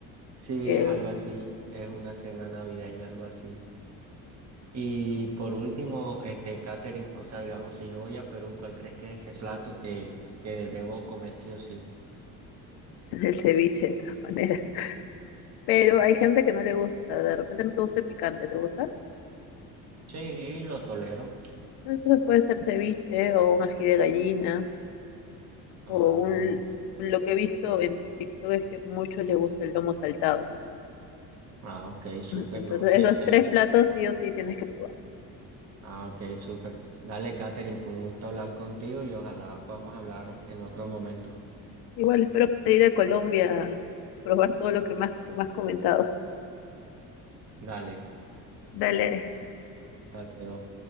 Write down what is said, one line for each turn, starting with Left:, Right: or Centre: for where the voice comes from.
Right: sí
Left: que
Right: es algo así, es una cena navideña, algo así. Y por último, este catering, o sea, digamos, si yo voy a Perú, ¿cuál crees que es ese plato que, que debo comer sí o sí?
Left: <laughs> el ceviche de todas maneras. Pero hay gente que no le gusta, de repente no te gusta el picante, ¿te gusta?
Right: Sí, lo tolero.
Left: Entonces puede ser ceviche o un ají de gallina
Right: Ah,
Left: o un... Lo que he visto en TikTok es que muchos les gusta el lomo saltado.
Right: ah, ok, súper,
Left: Entonces
Right: no, sí,
Left: esos
Right: el ceviche.
Left: tres platos sí o sí tienes que probar.
Right: Ah, ok, súper. Dale, Catherine fue un gusto hablar contigo y ojalá podamos hablar en otro momento.
Left: Igual espero poder ir a Colombia a probar todo lo que más, más comentado.
Right: Dale,
Left: Dale,
Right: hasta luego.